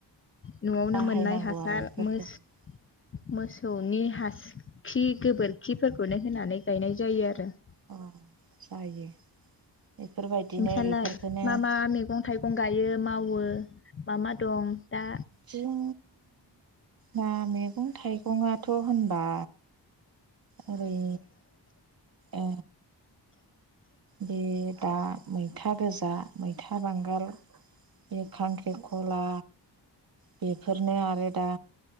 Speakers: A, on the left; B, on the right.
A: न'आवनो
B: बाहायनांगौ
A: मोननाय हासार
B: आरो बेफोरखौनो
A: मोस - मोसौनि हास खि गोबोरखिफोरखौनो होनानै गायनाय जायो आरो
B: अ' जायो। बेफोरबायदिनो
A: नोंसालाय
B: बेफोरखौनो
A: मा मा मेगं थाइगं गायो मावो मा मा दं? दा
B: जों ना मेगं थाइगंङाथ' होनबा ओरै ओ बे दा मैथा गोजा, मैथा बांगाल बे खांख्रिख'ला बेफोरनो आरो दा